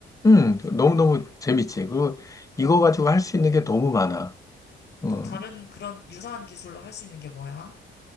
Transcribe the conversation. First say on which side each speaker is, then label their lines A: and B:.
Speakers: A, on the left; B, on the left.
A: 음, 너무너무 재밌지. 그리고
B: 어,
A: 이거 가지고 할 수 있는 게 너무 많아. 음,
B: 또 다른 그런 유사한 기술로 할 수 있는 게 뭐야?